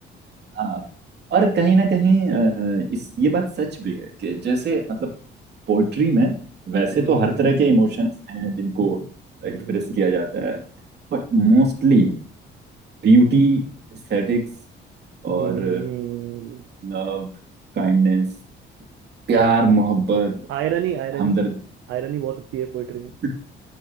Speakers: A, on the right; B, on the right.
A: हाँ और कहीं ना कहीं अ, इस ये बात सच भी है कि जैसे मतलब पोइट्री में वैसे
B: हम्म
A: तो हर तरह के इमोशंस हैं जिनको
B: हम्म
A: एक्सप्रेस किया जाता है बट मोस्टली ब्यूटी एस्थेटिक्स और
B: हम्म
A: लव काइंडनेस प्यार मोहब्बत
B: आयरनी आयरनी
A: हमदर्द
B: आयरनी बहुत होती है पोइट्री में
A: <laughs>